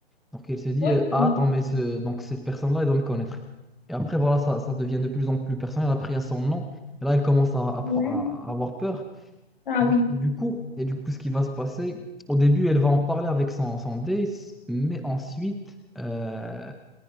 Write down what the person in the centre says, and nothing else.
Donc elle se dit,
euh, ah, attends, mais ce... donc cette personne-là, elle doit me connaître. Et après, voilà, ça, ça devient de plus en plus personnel. Après, il y a son nom. Et là, elle commence à, à
pr- à avoir peur.
Du
coup, et du coup, ce qui va se passer, au début, elle va en parler avec son, son date, mais ensuite, euh,